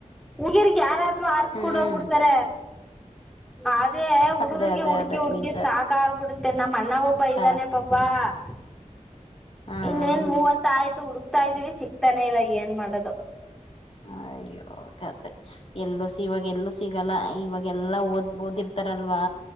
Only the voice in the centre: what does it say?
ಹುಡುಗಿಯರಿಗೆ ಯಾರಾದ್ರರು ಆರ್ಸ್ಕೊಂಡ
ಹೋಗ್ಬಿಡ್ತಾರ ಆದ್ರೆ ಹುಡುಗರ್ಗೆ
ಹುಡ್ಕಿ
ಹುಡ್ಕಿ
ಸಾಕ ಆಗ್ಬಿಡ್ ಹ್ಮ್ಮ್. ಅಣ್ಣ ಒಬ್ಬ
ಇದ್ದಾನೆ ಪಾಪಾ ಹ
ಇನ್ನೇನ್
ಮೂವತ್ತ ಆಯ್ತು ಹುಡುಕ್ತಾ ಇದೀವಿ ಸಿಗ್ತಾ ಮನೆಯಲ್ಲಿ ಏನ್ ಮಾಡೋದು